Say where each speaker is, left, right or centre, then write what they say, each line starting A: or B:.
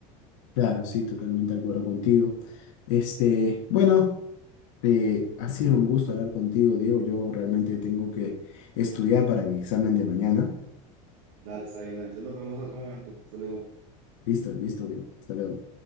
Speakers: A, on the left; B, on the right.
A: Claro, sí, totalmente de acuerdo contigo. Este, bueno. Eh, ha sido un gusto hablar contigo, Diego. Yo realmente tengo que estudiar para mi examen de mañana.
B: Dale, está bien, dale. Entonces nos vemos en otro momento. Hasta luego.
A: Listo, listo, Diego. Hasta luego.